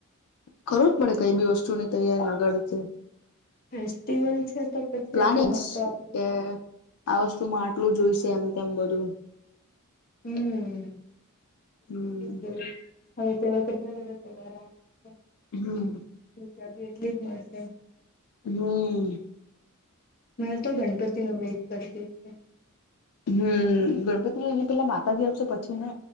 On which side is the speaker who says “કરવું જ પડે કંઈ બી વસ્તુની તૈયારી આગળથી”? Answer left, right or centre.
Left